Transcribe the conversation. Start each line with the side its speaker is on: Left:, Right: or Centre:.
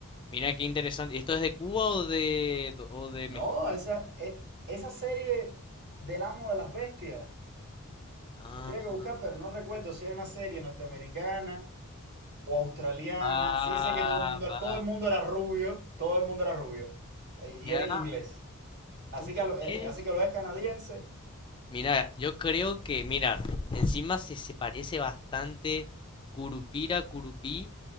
Left: mira qué interesante. ¿Esto es de Cuba o de, o de
Right: No,
Left: México?
Right: esa, e- esa serie del Amo de las Bestias,
Left: Ah,
Right: tendría que buscar, pero no recuerdo si era una serie norteamericana o australiana.
Left: ah,
Right: Sí sé que todo el mundo,
Left: va.
Right: todo el mundo era rubio, todo el mundo era rubio. eh, y
Left: Mira,
Right: era en inglés. Así
Left: ¿tú
Right: que, a lo- eh,
Left: crees?
Right: eh, así que lo es canadiense.
Left: Mira, yo creo que, mira, encima se, se parece bastante Curupira, Curupí.